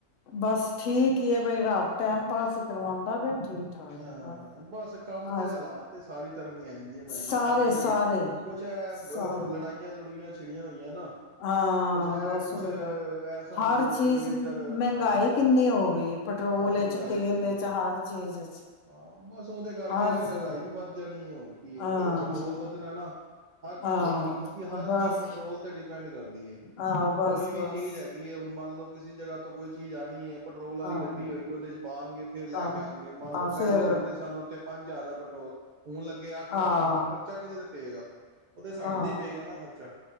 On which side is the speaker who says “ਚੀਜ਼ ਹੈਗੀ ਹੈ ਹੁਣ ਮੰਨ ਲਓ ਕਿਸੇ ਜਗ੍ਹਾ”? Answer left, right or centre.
Right